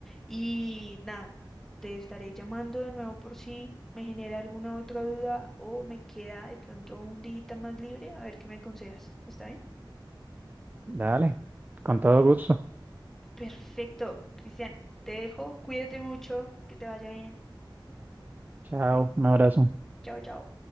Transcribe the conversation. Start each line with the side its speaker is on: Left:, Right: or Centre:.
Centre: y nada, te estaré llamando de nuevo por si me genera alguna otra duda o me queda de pronto un día más libre, a ver qué me aconsejas. ¿Está bien?
Right: Dale, con todo gusto.
Centre: Perfecto, Cristian, te dejo, cuídate mucho, que te vaya bien.
Right: Chao, un abrazo.
Centre: Chao, chao.